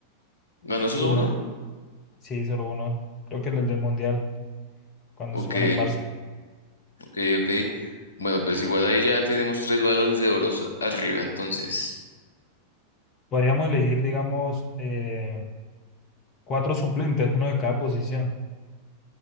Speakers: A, on the left; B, on the left.
A: ¿Ganó solo
B: uno.
A: uno?
B: Sí, solo uno. Creo que el del Mundial, cuando
A: Ok.
B: estuvo en el Barça.
A: Ok, ok. Bueno, pues igual ahí ya tenemos tres balones de oro arriba, entonces.
B: Podríamos elegir, digamos, eh, cuatro suplentes, uno de cada posición.